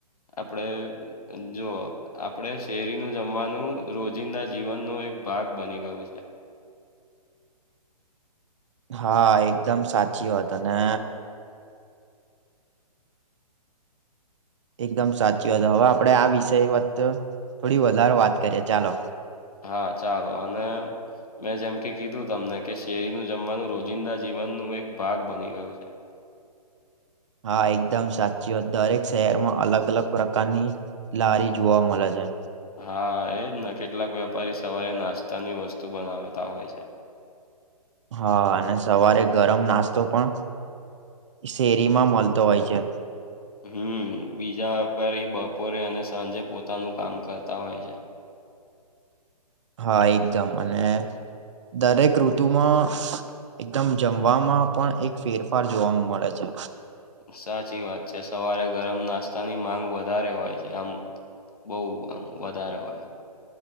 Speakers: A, on the left (about 70°); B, on the right (about 50°).
A: આપડે જો આપડે શેરીનું જમવાનું રોજિંદા જીવનનો એક ભાગ બની ગયું છે.
B: હા એકદમ સાચી વાત અને એકદમ સાચી વાત હવે આપડે આ વિષય વત થોડી વધારે વાત કરીએ ચાલો.
A: હા ચાલો અને મેં જેમ કે કીધું તમને કે શેરીનું જમવાનું રોજ જિંદા જીવન નું એક ભાગ બની ગયું છે.
B: હા એકદમ સાચી વાત દરેક શહેરમાં અલગ અલગ પ્રકારની લારી જોવા મલે છે.
A: હા એજ ને કેટલાક વેપારી સવારે નાસ્તાની વસ્તુ બનાવતા હોય છે.
B: હા અને સવારે ગરમ નાસ્તો પણ શેરીમાં મલતો હોય છે.
A: હમ્મ, બીજા વેપારી બપોરે અને સાંજે પોતાનું કામ કરતા હોય છે.
B: હા એકદમ અને દરેક ઋતુમાં એકદમ જમવામાં પણ એક ફેરફાર જોવા મળે છે.
A: સાચી વાત છે. સવારે ગરમ નાસ્તાની માંગ વધારે હોય છે આમ બહુ આમ વધારે હોય.